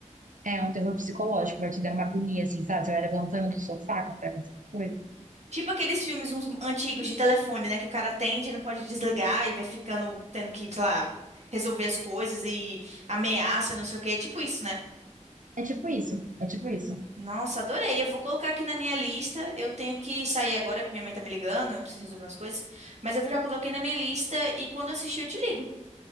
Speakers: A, on the right (about 80°); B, on the right (about 60°).
A: é um terror psicológico, vai te dando uma agonia, assim, sabe? Você vai levantando do sofá quando vai acontecendo coisa.
B: Tipo aqueles filmes uns antigos de telefone, né? Que o cara atende e não pode desligar e vai ficando tendo que, sei lá, resolver as coisas e ameaça, não sei o quê. É tipo isso, né?
A: É tipo isso, é tipo isso.
B: Nossa, adorei. Eu vou colocar aqui na minha lista. Eu tenho que sair agora porque minha mãe tá me ligando, eu preciso resolver umas coisas. Mas eu já coloquei na minha lista e quando eu assistir eu te ligo,